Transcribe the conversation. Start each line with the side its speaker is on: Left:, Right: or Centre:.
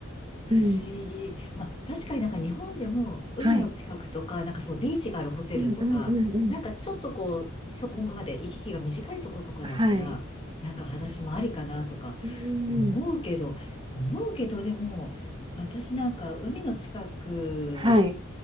Left: 不思議。
Right: うん。
Left: まあ、確かになんか日本でも海の近くとか、
Right: はい。
Left: なんかそのビーチがあるホテルとか、
Right: うんうんうんうん。
Left: なんかちょっとこう、そこまで行き来が短いとことかだったら、
Right: はい。
Left: なんか裸足もありかなとか
Right: うんうんうん。
Left: 思うけど、思うけどでも、私なんか海の近く
Right: はい。